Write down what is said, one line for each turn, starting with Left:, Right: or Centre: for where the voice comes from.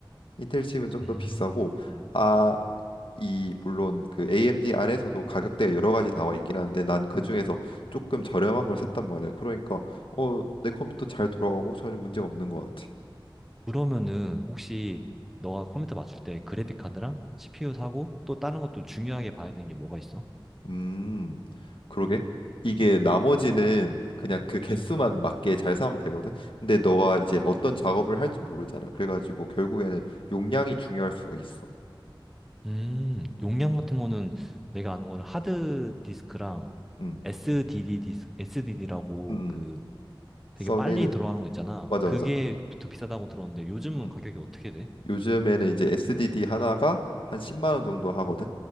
Left: 인텔 칩은 좀
Centre: 음.
Left: 더 비싸고
Centre: 음.
Left: 아, 이 물론 그 AMD 안에서도 가격대가 여러 가지 나와 있긴 한데 난 그 중에서 조금 저렴한 걸 샀단 말이야. 그러니까 어, 내 컴퓨터 잘 돌아가고 전혀 문제 없는 것 같아.
Centre: 그러면은 혹시 너가 컴퓨터 맞출 때 그래픽 카드랑 CPU 사고 또 다른 것도 중요하게 봐야 되는 게 뭐가 있어?
Left: 음, 그러게. 이게 나머지는 그냥 그 개수만 맞게 잘 사면 되거든. 근데 너가 이제 어떤 작업을 할지 모르잖아. 그래가지고 결국에는 용량이 중요할 수가 있어.
Centre: 음, 용량 같은 거는 내가 아는 거는 하드 디스크랑
Left: 음,
Centre: SDD 디스, s d 라고
Left: 음,
Centre: 그 되게
Left: 솔리드.
Centre: 빨리 들어가는 거 있잖아.
Left: 맞아,
Centre: 그게
Left: 맞아.
Centre: 더 비싸다고 들었는데 요즘은
Left: 음.
Centre: 가격이 어떻게 돼?
Left: 요즘에는 이제 SDD 하나가 한 10만 원 정도 하거든.